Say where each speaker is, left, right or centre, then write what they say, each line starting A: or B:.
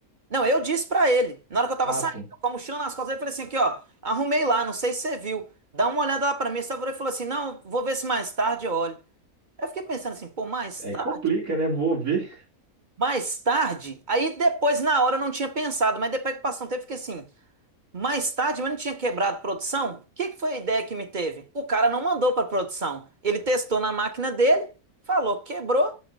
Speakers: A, on the right (about 35°); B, on the right (about 75°).
A: Não, eu disse pra ele, na hora que eu tava
B: Ah,
A: saindo,
B: sim.
A: com a mochila nas costas, eu falei assim aqui, ó. Arrumei lá, não sei se você viu. Dá uma olhada lá pra mim. Só virou e falou assim, não, vou ver se mais tarde eu olho. Eu fiquei pensando assim, pô, mais
B: Aí
A: tarde?
B: complica, né? Vou ver.
A: Mais tarde? Aí depois, na hora, eu não tinha pensado, mas depois que passou um tempo, eu fiquei assim, mais tarde, mas não tinha quebrado produção? O que que foi a ideia que me teve? O cara não mandou para produção. Ele testou na máquina dele, falou, quebrou,